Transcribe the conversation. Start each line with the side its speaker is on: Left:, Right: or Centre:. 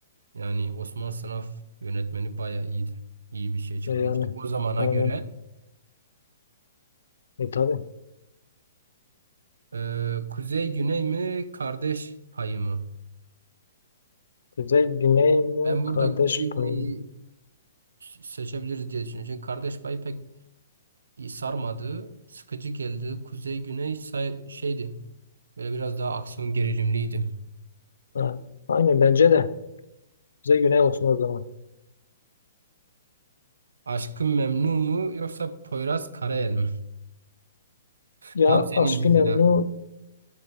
Right: yani Osman Sınav yönetmeni bayağı iyiydi. İyi bir şey çıkarmıştı
Left: Ee, yani
Right: o zamana
Left: aynen.
Right: göre.
Left: E tabii.
Right: Ee, Kuzey Güney mi kardeş payı mı?
Left: Kuzey Güney mi?
Right: Ben burada
Left: Kardeş
Right: Kuzey
Left: payı.
Right: Güney'i seçebiliriz diye düşünüyorum. Çünkü kardeş payı pek iyi sarmadı. Sıkıcı geldi. Kuzey Güney say- şeydi. Böyle biraz daha aksiyon gerilimliydi.
Left: Ha, Aynen bence de. Kuzey Güney olsun o zaman.
Right: Aşkın Memnu mu yoksa Poyraz Karayel mi? <laughs>
Left: Ya
Right: Tam senin
Left: aşkın
Right: dizin
Left: emni
Right: ha.